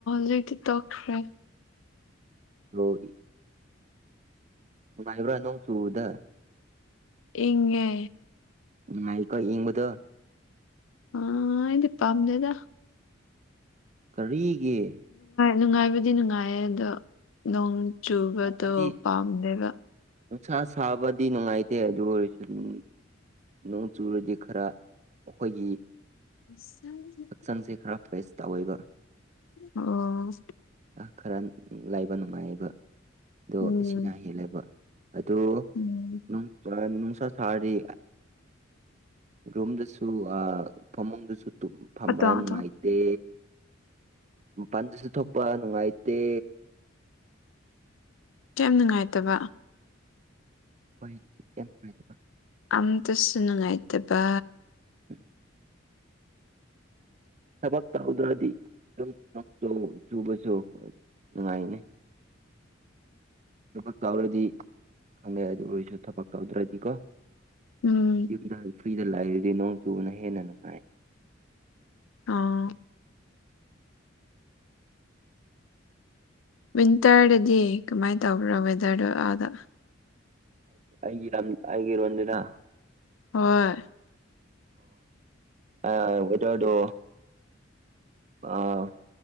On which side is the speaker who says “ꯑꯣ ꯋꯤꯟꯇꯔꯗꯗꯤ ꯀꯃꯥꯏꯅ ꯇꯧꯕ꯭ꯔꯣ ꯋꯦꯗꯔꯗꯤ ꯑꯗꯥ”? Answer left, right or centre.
Left